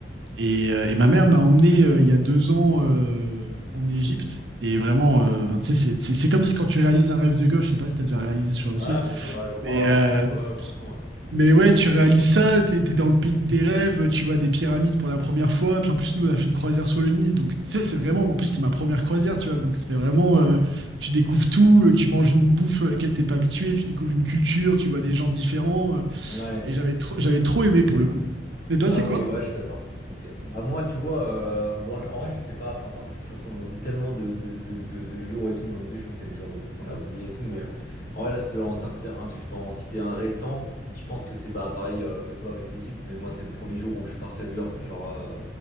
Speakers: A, on the right; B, on the left.
A: et, euh, et ma mère m'a emmené euh, il y a deux ans euh, en Égypte. Et vraiment, euh, enfin, tu sais, c'est c'est- c'est comme si quand tu réalises un rêve de gauche, je sais pas si t'as déjà réalisé ce genre
B: Ouais,
A: de truc,
B: bien sûr, bah j'en parlerai
A: mais, euh,
B: après, mais ouais, forcément.
A: mais ouais, tu réalises ça, t'es, t'es dans le pays de tes rêves, tu vois des pyramides pour la première fois, puis en plus, nous, on a fait une croisière sur le Nil, donc tu sais, c'est vraiment, en plus, c'était ma première croisière, tu vois, donc c'était vraiment, euh, tu découvres tout, euh, tu manges une bouffe euh, à laquelle t'es pas habitué, tu découvres une culture, tu vois des gens différents, euh,
B: Ouais. Ouais.
A: et j'avais trop, j'avais trop aimé pour le coup. Et toi,
B: Ah
A: c'est
B: ok,
A: quoi?
B: ouais, je suis d'accord. Ok. Bah moi, tu vois, euh, bon, je- en vrai, je sais pas. Enfin, ça, en plus, de toute façon, on oublie tellement de, de, de, de, de jours et tout dans notre vie. Je pense qu'il y a des jours de fou qu'on a oublié et tout. Mais euh, en vrai, là, si je dois en sortir un, si je dois en citer un récent, je pense que c'est bah pareil euh, que toi avec l'Égypte. Mais moi, c'est le premier jour où je suis parti à New York. Genre, euh,